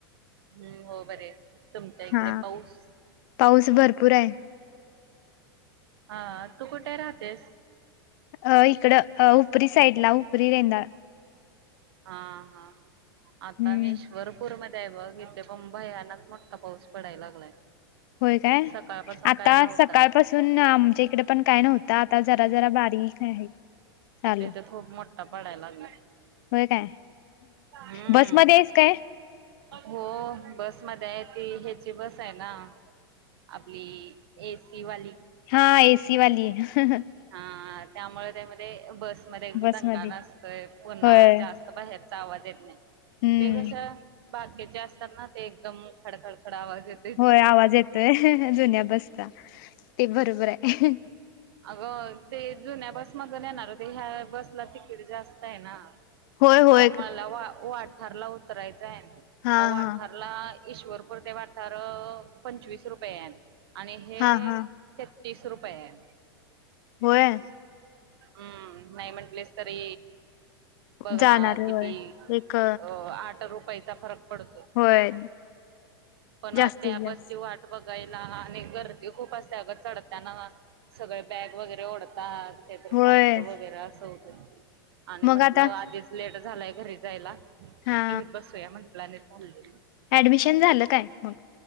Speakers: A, on the right; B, on the left.
A: हं हो बरे, तुमच्या इकडे
B: हा
A: पाऊस?
B: पाऊस भरपूराय.
A: हां, तू कुठ राहतेस?
B: अ इकडं, अ ऊपरी साईडला, ऊपरी रेंदाळ
A: हां हां आता
B: हम्म
A: मी इश्वरपूरमधे इथय बघ इथे पण भयानक मोठा पाऊस पडाय लागलाय.
B: होय काय?
A: सकाळपासून
B: आता
A: काय नव्हता
B: सकाळपासून आमच्या इकडे पण काय नव्हता, आता जरा जरा बारीक आहे. चालू
A: इथे खूप मोठा पडाय लागलाय.
B: होय काय?
A: हम्म
B: बसमधे आहेस काय?
A: हो बसमधे आहे ती, ह्याची बस हाय ना. आपली ए सी वाली.
B: हां ए सी वाली हं हं.
A: हां त्यामुळ त्यामधे बसमधे
B: बसमध्ये
A: दंगा नसतोय, पुन्हा
B: होय
A: जास् त, बाहेरचा आवाज येत नाही,
B: हम्म
A: ते कसं बाकीचे असतात ना, ते एकदम खडखडखड आवाज येत.
B: होय आवाज येतोय, हं हं जुन्या बसचा ते बरोबर हाय. -
A: <inaudible> अगं ते जुन्या बसमधून येणारं होते, ह्या बसला तिकीट जास्त य ना.
B: होय होय
A: अं मला वा-वाठारला उतरायचं आय,
B: हा
A: मग वाठार-
B: हा
A: ला ईश्वरपुर ते वाठारं पंचवीस रुपये ये आणि हे
B: हा हा
A: छत्तीस रुपये ये.
B: होय-
A: हम्म नाही म्हंटलेस तरी बघ
B: जाणार
A: ना
B: आहे
A: किती,
B: होय एक
A: अ आठरा रुपयाचा फरक पडतो,
B: होय
A: पण
B: जास्तीत
A: अ त्या
B: जास्त
A: बसची वाट बघायला आणि गर्दी खूप असत्या अगं चढ त्यांना ना, सगळे बॅग वगैरे ओढतातत, काही तरी
B: होय
A: फाटतं वगैरे असं होत आणि म्हटलं
B: मग आता
A: आधीच लेट झालय घरी जायला, हीचं
B: हा
A: बस घेऊया म्हटलं. <unintelligible>
B: ऍडमिशन झालं काय मग?